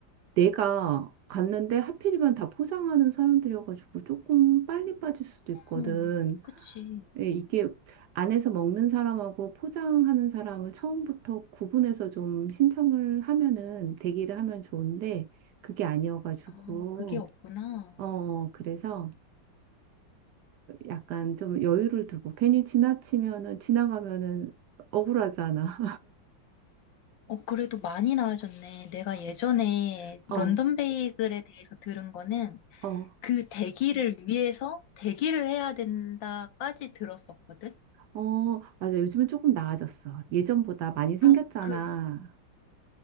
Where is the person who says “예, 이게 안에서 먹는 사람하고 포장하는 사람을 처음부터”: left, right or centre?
Right